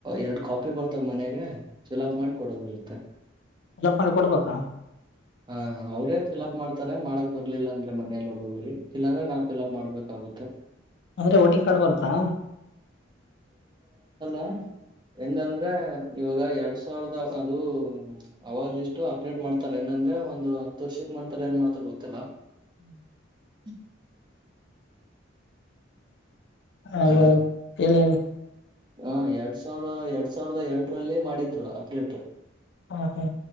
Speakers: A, on the right; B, on the left.
A: ಎರಡು ಕಾಪಿ ಬರ್ತಾವ ಮನೆಗೆ ಫಿಲ್ ಆಪ್ ಮಾಡಿ ಕೊಡೋದಿರುತ್ತೆ
B: ಫಿಲಪ್ ಮಾಡಿ ಕೊಡ್ಬೇಕಾ
A: ಹಾ ಅವ್ರೇ ಫಿಲ್ಅಪ್ ಮಾಡ್ತಾರೆ ಮಾಡ ಬರ್ಲಿಲ್ಲ ಅಂದ್ರೆ ಮನೆಯಲ್ಲ ಹೋಗೋಗ್ರ ಇಲ್ಲಾಂದ್ರೆ ನಾವವು ಕೆಲಪ್ ಮಾಡ್ಬೇಕಾಗುತ್ತೆ
B: ಅವ್ದೆ ವೋಟಿಂಗ್ ಕಾರ್ಡ್ ಬರುತ್ತಾ
A: ಹ ಹೆಂಗಂದ್ರೆ ಇವಾಗ ಎರಡ್ ಸಾವಿರದ ಅದು ಅವ ಲಿಸ್ಟ ಅಪ್ಡೇಟ್ ಮಾಡ್ತಾರೆ ಹೆಂಗಂದ್ರ ಅಂದ್ರೆ ಒಂದು ಹತ್ತು ತರ್ಷಕ್ ಮಾಡ್ತಾರ ಏನ್ ಮಾಡ್ತಾರ ಗೊತ್ತಿಲ್ಲಾ
B: ಹ್ಮ್
A: ಹ್ಮ
B: ಹ್ರ
A: ಹಲೋ
B: ಇಲೋನಿ
A: ಹ ಎರಡ್ ಸಾವಿರ ಎರಡ್ ಸಾವಿರ್ದ ಎಂಟ್ರಲ್ಲಿ ಮಾಡಿದ್ರು ಅಪ್ಡೇಟ್
B: ಹಾ ಹಾ